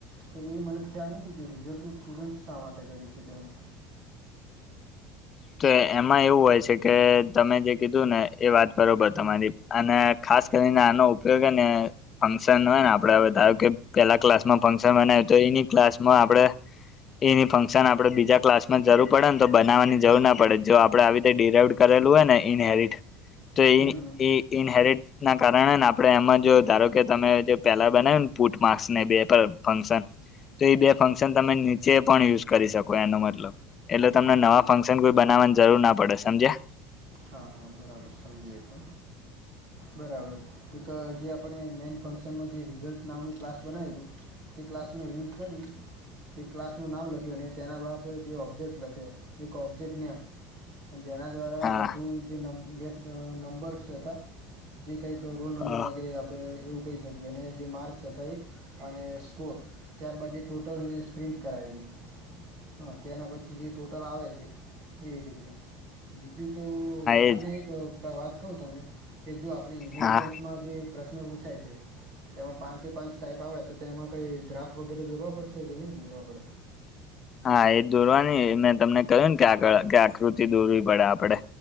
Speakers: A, on the right; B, on the left.
A: કર્યું એ મને ખ્યાલ નથી એ રિઝલ્ટ ફૂડ જ શા માટે કર્યું છે તેમણે?
B: તો એમાં એવું હોય છે કે તમે જે કીધું ને એ વાત બરોબર
A: હમ
B: તમારી. અને ખાસ કરીને આનો ઉપયોગને ફંક્શન હોય ને આપડે હવે ધારો કે પેલા ક્લાસમાં ફંક્શન બનાવ્યું તો એની ક્લાસમાં આપડે એની ફંક્શન આપડે બીજા ક્લાસમાં જરૂર પડે ને તો બનાવવાની જવું ના પડે જો આપડે આવી રીતે ડિરાઇવડ કરેલું હોય ને ઇનહેરિટ તો એ
A: હમ હમ
B: ઈ ઇનહેરિટ ના કારણે ને આપડે એમાં જો ધારો કે તમે જે પેલા બનાયું ને પુટ માસ ને બે ફંક્શન
A: હ
B: તો એ બે ફંક્શન તમે નીચે પણ યુઝ કરી શકો એનો મતલબ એટલે તમને નવા ફંક્શન કોઈ બનાવાની જરૂર ના પડે સમજ્યા?
A: હા હા બરાબર સમજી એ તો. બરાબર એક જે આપણે મેન ફંક્શનમાં જે રિઝલ્ટ નામનું ક્લાસ બનાયુંતું તે ક્લાસનો યુઝ કરી તે ક્લાસનું નામ લખ્યું અને તેના બાદ જે ઓબ્જેક્ટ લખ્યો એક ઓબ્જેક્ટ નેમ અને જેના દ્વારા
B: હા
A: બધું જેે નંબર્સ હતા જે કઈક રોલ નંબર
B: હા
A: વગેરે આપણે એવું કહી શકીએ અને જે માર્ક્સ હતા એ અને સ્કોર ત્યારબાછી ટોટલ એને સ્પ્રિન્ટ કરાવેલું હા તેના પછી જે ટોટલ આવે છે એવી રીતે બીજું તો
B: એજ
A: આ એક વાત કવ તમને કે જો આપણી ઇનહેરીટેન્સ
B: હા
A: માં જે પ્રશ્ન પૂછાય છે તેમાં પાંચે પાંચ ટાઈપ આવે તો તેમાં કઈ ગ્રાફ વગેરે દોરવા પડશે કે નહી દોરવા પડે
B: હા એ દોરવાની મેં તમને કહ્યું ને કે આળ કે આકૃતિ દોરવી પડે આપડે